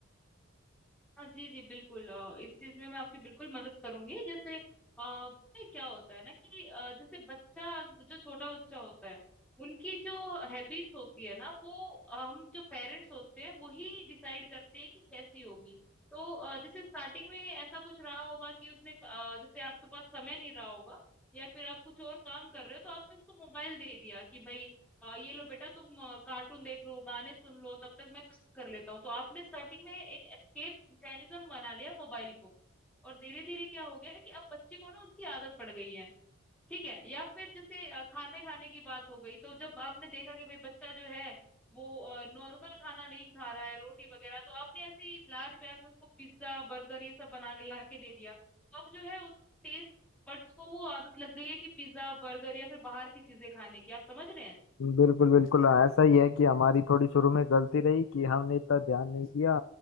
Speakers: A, in the centre; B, on the left.
A: हाँ जी जी बिल्कुल अ, इस चीज में मैं आपकी बिल्कुल मदद करूंगी जैसे अ, पता है क्या होता है ना कि अ, जैसे बच्चा जो छोटा बच्चा होता है उनकी जो हैबिट्स होती है ना वो अ, हम जो पेरेंट्स होते हैं वही डिसाइड करते हैं कि कैसी होगी तो अ, जैसे स्टार्टिंग में ऐसा कुछ रहा होगा कि उसने अ, जैसे आपके पास समय नहीं रहा होगा या फिर आप कुछ और काम कर रहे हो तो आपने उसको मोबाइल दे दिया कि भाई आ, ये लो बेटा तुम कार्टून देख लो गाने सुन लो तब तक मैं काम कर लेता हूँ तो आपने स्टार्टिंग में एक एस्केप मैकेनिज्म बना लिया मोबाइल को और धीरे धीरे क्या हो गया कि अब बच्चे को ना उसकी आदत पड़ गई है ठीक है या फिर जैसे अ, खाने खाने की बात हो गई तो जब आपने देखा कि भाई बच्चा जो है वो नॉर्मल खाना नहीं खा रहा है रोटी वगैरह तो आपने ऐसे ही लाड प्यार में उसको पिज्जा बर्गर ये सब बना के ला के दे दिया तो अब जो है उसका टेस्ट बड्स को वो आदत लग गई है कि पिज्जा बर्गर या फिर बाहर की चीजें खाने की आप समझ रहे हैं
B: बिल्कुल बिल्कुल हाँ, ऐसा ही है कि हमारी थोड़ी शुरू में गलती रही कि हमने इतना ध्यान नहीं दिया